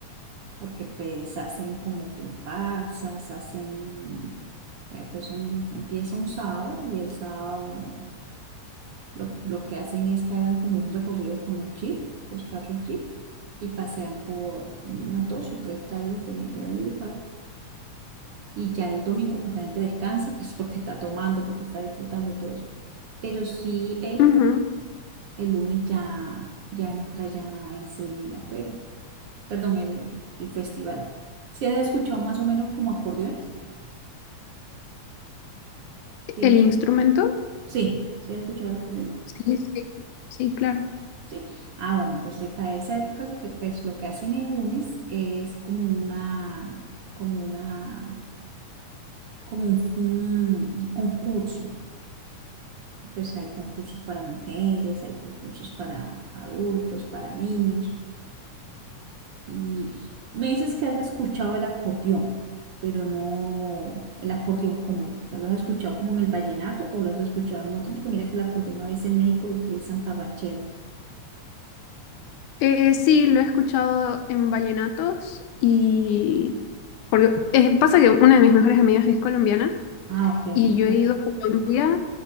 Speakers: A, on the right (about 60°); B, on the left (about 80°).
A: porque pues hacen como comparsas, hacen, eh, pues un- empieza un sábado y el sábado lo, lo que hacen es que hagan como un recorrido con los jeeps, los carros jeep, y pasean por como unas dos o tres calles de, de Valledupar y ya el domingo pues la gente descansa pues porque está tomando, porque está disfrutando todo eso. Pero sí el,
B: Ujú.
A: lu- el lunes ya, ya entra ya en sí la feria, perdón, el, el festival. ¿Sí has escuchado más o menos como acordeones? ¿Sí,
B: ¿El
A: las-
B: instrumento?
A: sí, sí has escuchado el acordeón?
B: Sí, sí, sí, claro.
A: Sí. Ah, bueno, entonces para esa época lo que pues lo que hacen el lunes es como una como una como un, un concurso pues hay concursos para mujeres, hay concursos para adultos, para niños. Y me dices que has escuchado el acordeón, pero no el acordeón común. O sea, ¿lo has escuchado como en el vallenato o lo has escuchado en otro? Porque mira que el acordeón a veces en México lo utilizan para ranchero.
B: Eh, sí, lo he escuchado en vallenatos y porque eh, pasa que una de mis mejores amigas es colombiana
A: Ah, ok.
B: y yo
A: Pues,
B: he ido a Colombia.